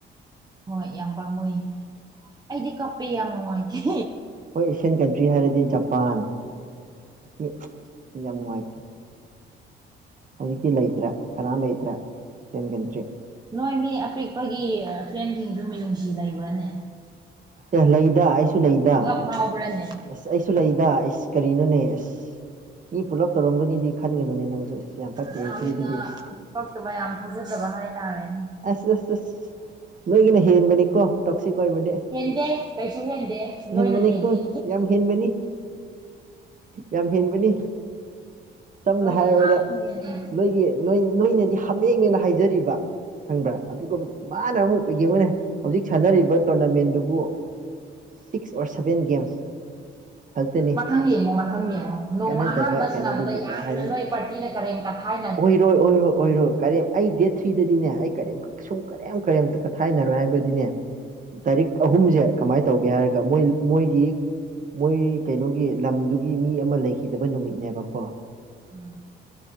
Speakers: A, on the right; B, on the right.
A: ꯍꯣꯏ ꯌꯥꯝ ꯄꯥꯝꯃꯨ ꯑꯩꯗꯤ ꯀꯞꯄꯦ ꯌꯥꯝ ꯅꯨꯡꯉꯥꯏꯇꯦ
B: ꯈꫭꯏ ꯑꯦꯁꯤꯌꯥꯟ ꯀꯟꯇ꯭ꯔꯤ ꯍꯥꯏꯔꯗꯤ ꯖꯄꯥꯟ ꯄꯥꯟ ꯑꯁꯤ ꯌꯥꯝ ꯅꯨꯡꯉꯥꯏꯇꯦ ꯍꯧꯖꯤꯛꯇꯤ ꯂꯩꯇ꯭ꯔꯦ ꯀꯅꯥꯝ ꯂꯩꯇ꯭ꯔꯦ ꯑꯦꯁꯤꯌꯥꯟ ꯀꯟꯇ꯭ꯔꯤ
A: ꯍꯣꯏ ꯃꯤ ꯑꯄꯤꯛꯄꯒꯤ ꯐ꯭ꯔꯦꯟꯁꯤꯡꯁꯨ ꯃꯤ ꯅꯨꯡꯁꯤ ꯂꯩꯕ꯭ꯔꯅꯦ
B: ꯑꯦ ꯂꯩꯗ ꯑꯩꯁꯨ ꯂꯩꯗ
A: ꯐꯥꯎꯕ꯭ꯔꯥꯅꯦ
B: ꯑꯁ ꯑꯩꯁꯨ ꯂꯩꯗ ꯑꯩꯁ ꯀꯔꯤꯅꯣꯅꯦ ꯑꯁ ꯃꯤ ꯄꯨꯂꯞ ꯇꯧꯔꯝꯒꯅꯤꯗꯤ ꯈꯟꯒꯅꯨꯅꯦ ꯅꯪꯁꯨ ꯑꯁ ꯌꯥꯝ ꯐꯠꯇꯦ
A: ꯌꯥꯝꯅ
B: ꯁꯤ ꯑꯗꯨꯗꯤ
A: ꯄꯛꯇꯕ ꯌꯥꯝ ꯊꯥꯖꯗꯕ ꯍꯥꯏꯇꯥꯔꯦꯅꯦ
B: ꯑꯁ ꯑꯁ ꯑꯁ ꯅꯣꯏꯒꯤꯅ ꯍꯦꯟꯕꯅꯤꯀꯣ ꯇꯣꯛꯁꯤꯛ ꯑꯣꯏꯕꯗꯤ
A: ꯍꯦꯟꯗꯦ ꯀꯩꯁꯨ ꯍꯦꯟꯗꯦ ꯅꯣꯏꯅ
B: ꯍꯦꯟꯕꯅꯤꯀꯣ
A: ꯍꯦꯟꯜꯂꯤ
B: ꯌꯥꯝ ꯍꯦꯟꯕꯅꯤ ꯌꯥꯝ ꯍꯦꯟꯕꯅꯤ ꯁꯝꯅ
A: ꯅꯣꯏꯅ
B: ꯍꯥꯏꯔꯕꯗ
A: ꯌꯥꯝ ꯍꯦꯜꯂꯤ
B: ꯅꯣꯏꯒꯤ ꯅꯣꯏꯅꯗꯤ ꯍꯥꯃꯦꯡꯉꯦꯅ ꯍꯥꯏꯖꯔꯤꯕ ꯈꯪꯕ꯭ꯔꯥ ꯑꯗꯨꯒ ꯃꯥꯅ ꯑꯃꯨꯛꯩ ꯌꯦꯡꯉꯅꯦ ꯍꯧꯖꯤꯛ ꯁꯥꯟꯅꯔꯤꯕ ꯇꯣꯔꯅꯥꯃꯦꯟꯗꯨꯕꯨ ꯁꯤꯛꯁ ꯑꯣ ꯁꯚꯦꯟ ꯒꯦꯝꯁ ꯈꯛꯇꯅꯤ
A: ꯃꯊꯪ ꯌꯦꯡꯉꯣ ꯃꯊꯪ ꯌꯦꯡꯉꯣ ꯅꯣꯡꯃ
B: ꯀꯥꯟꯅꯗꯕ
A: ꯑꯍꯥꯟꯕ
B: ꯀꯩꯅꯣꯗꯨꯕꯨ
A: ꯁꯥꯟꯅꯕꯗ
B: ꯀꯌꯥ
A: ꯌꯥꯝꯅ
B: ꯍꯥꯏꯗꯅ
A: ꯅꯣꯏ ꯄꯥꯔꯇꯤꯅ ꯀꯔꯦꯝ ꯀꯊꯥꯏ
B: ꯑꯣꯏꯔꯣꯏ ꯑꯣꯏꯔꯣꯏ ꯑꯣꯏꯔꯣꯏ ꯀꯔꯤ ꯑꯩ ꯗꯦꯠ ꯊ꯭ꯔꯤꯗꯗꯤꯅꯦ ꯑꯩ ꯀꯔꯤꯝ ꯁꯨꯝ ꯀꯔꯤꯝ ꯀꯔꯤꯝꯇ ꯀꯊꯥꯏꯅꯔꯣꯏ ꯍꯥꯏꯕꯗꯤꯅꯦ ꯇꯥꯔꯤꯛ ꯑꯍꯨꯝꯁꯦ ꯀꯃꯥꯏꯅ ꯇꯧꯒꯦ ꯍꯥꯏꯔꯒ ꯃꯣꯏ ꯃꯣꯏꯒꯤ ꯃꯣꯏ ꯀꯩꯅꯣꯒꯤ ꯂꯝꯗꯨꯒꯤ ꯃꯤ ꯑꯃ ꯂꯩꯈꯤꯗꯕ ꯅꯨꯃꯤꯠꯅꯦꯕꯀꯣ
A: ꯎꯝ